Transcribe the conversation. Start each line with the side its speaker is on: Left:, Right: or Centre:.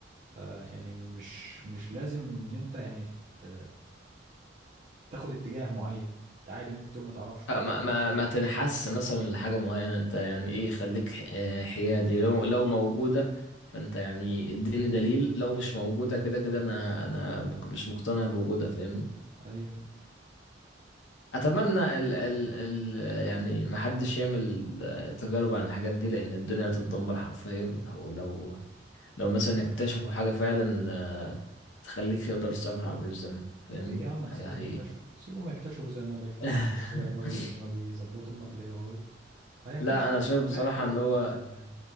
Right: فيعني مش مش لازم ان انت يعني ت... تاخد اتجاه معين انت عادي ممكن تقول ما تعرفش وخلاص
Left: آه، ما ما ما تنحس مثلا لحاجة معينة أنت يعني إيه خليك ح- آه، حيادي لو لو موجودة فأنت يعني اديني دليل لو مش موجودة كده كده أنا أنا مك- مش مقتنع بوجودها فاهمني
Right: ايوه
Left: أتمنى ال ال ال يعني محدش يعمل آه، تجارب عن الحاجات دي لأن الدنيا هتتدمر حرفيا لو لو لو مثلا اكتشفوا حاجة فعلا آه، تخليك تقدر تسافر عبر الزمن فاهمني
Right: ليه يا عم ما
Left: حاجة
Right: تسيبهم
Left: حقيقية
Right: يكتشفوا سيبهم يكتشفوا زي ما بيكتشفوا
Left: <laughs>
Right: في الاي اي وزي ما بيظبطوا لنا في الاي اي هيكتشفوا
Left: لا انا شايف
Right: طبيعي
Left: بصراحة
Right: يكتشفوا
Left: ان هو
Right: حاجات تانية